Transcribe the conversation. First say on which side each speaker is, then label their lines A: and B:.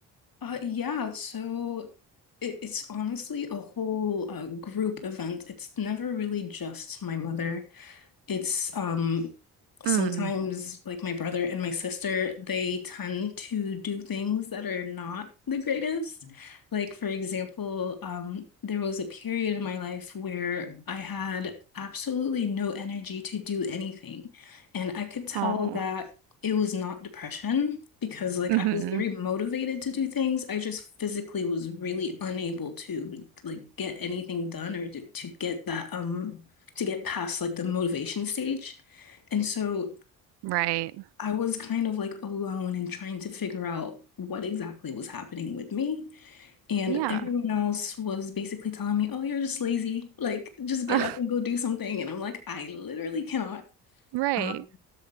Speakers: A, on the left; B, on the right.
A: Uh, yeah, so it, it's honestly a whole uh, group event. It's never really just my mother. It's um sometimes
B: Mm.
A: like my brother and my sister they tend to do things that are not the greatest like for example um there was a period in my life where I had absolutely no energy to do anything and I could tell
B: Oh.
A: that it was not depression because like
B: hmm
A: I was very motivated to do things I just physically was really unable to like get anything done or to, to get that um to get past like the motivation stage and so
B: Right.
A: I was kind of like alone and trying to figure out what exactly was happening with me. And
B: Yeah.
A: everyone else was basically telling me, oh, you're just lazy. Like, just get
B: <laughs>
A: up and go do something. And I'm like, I literally cannot.
B: Right.
A: Um,